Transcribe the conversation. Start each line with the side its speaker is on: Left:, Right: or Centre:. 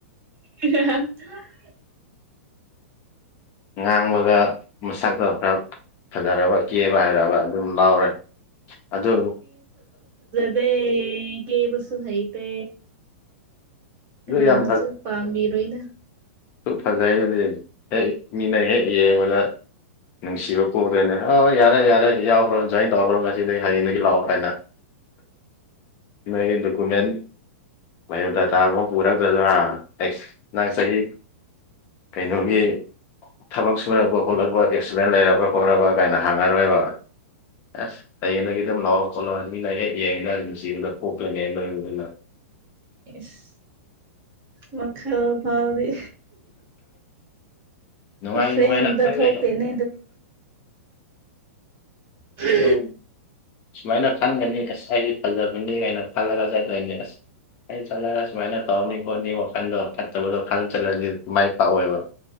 Right: <unintelligible>
Left: ꯉꯥꯡꯕꯒ ꯃꯁꯛꯛꯇ ꯈꯔ ꯐꯊꯔꯕ ꯀꯦꯕ ꯍꯥꯏꯒ ꯑꯗꯨꯝ ꯂꯥꯎꯔꯦ ꯑꯗꯨ
Right: ꯗ ꯀ ꯄꯁꯨꯣ ꯍꯥꯏꯩ ꯇ
Left: ꯑꯗꯨ
Right: ꯅꯥꯅꯁꯨ
Left: ꯌꯥꯝ
Right: ꯄꯥꯝꯕꯤꯔꯣꯣꯏꯅ
Left: ꯁ ꯐꯖꯩꯒꯗꯤ ꯍꯦꯛ ꯃꯤꯅ ꯍꯦꯛ ꯌꯦꯡꯕꯗ ꯅꯨꯡꯁꯤꯕ ꯄꯨꯔꯦꯅꯦ ꯍꯣꯏ ꯌꯥꯔꯦ ꯌꯥꯔꯦ ꯌꯥꯎꯈ꯭ꯔꯣ ꯑꯗꯨꯖꯥꯏꯟ ꯇꯧꯈ꯭ꯔꯣ ꯉꯁꯤꯗꯒꯤ ꯍꯌꯦꯡꯗꯒꯤ ꯂꯥꯛꯑꯣ ꯍꯥꯏꯅ ꯃꯣꯏꯒꯤ ꯗꯣꯀꯨꯃꯦꯟ ꯕꯥꯌꯑꯣꯗꯥꯇꯥ ꯑꯃꯨꯛ ꯄꯨꯔꯛꯇꯗꯔꯥ ꯅꯁ ꯅꯪ ꯆꯍꯤ ꯀꯩꯅꯣꯒꯤ ꯊꯕꯛ ꯁꯨꯔꯛꯄ ꯈꯣꯠꯂꯛꯄ ꯑꯦꯛꯁꯤꯗꯦꯟ ꯂꯩꯔꯕ ꯈꯣꯠꯂꯔꯕ ꯀꯥꯏꯅ ꯍꯥꯡꯉꯔꯣꯏꯕ ꯑꯁ ꯍꯌꯦꯡꯗꯒꯤ ꯑꯗꯨꯝ ꯂꯥꯎꯔ ꯈꯣꯠꯂꯣ ꯂꯥꯏꯔꯦꯛ ꯌꯦꯡꯉꯗ ꯅꯨꯡꯁꯤꯕꯗ ꯄꯣꯛꯂꯅꯦ ꯂꯣꯏꯕꯗꯨꯅ
Right: ꯁ ꯃ ꯈ ꯐꯥꯎꯗꯤ
Left: ꯅꯨꯡꯉꯥꯏ
Right: ꯑꯁꯦꯡꯕꯗ
Left: ꯅꯨꯡꯉꯥꯏ ꯂꯪꯈ꯭ꯔ
Right: ꯊꯣꯛꯇꯦꯅꯦ ꯍ
Left: ꯁ ꯁꯨꯃꯥꯏꯅ ꯈꯟꯒꯅꯤ ꯑꯁ ꯑꯩꯗꯤ ꯐꯖꯕꯅꯤ ꯀꯥꯏꯅ ꯈꯜꯂꯒ ꯆꯠꯂꯅꯤ ꯑꯁ ꯑꯩ ꯆꯠꯂꯒ ꯁꯨꯃꯥꯏꯅ ꯇꯧꯔꯅꯤ ꯈꯣꯠꯅꯤ ꯋꯥꯈꯜꯗꯣ ꯐꯠꯇꯕꯗꯣ ꯈꯜ ꯆꯠꯂꯗꯤ ꯃꯥꯏ ꯄꯥꯛꯑꯣꯦꯕ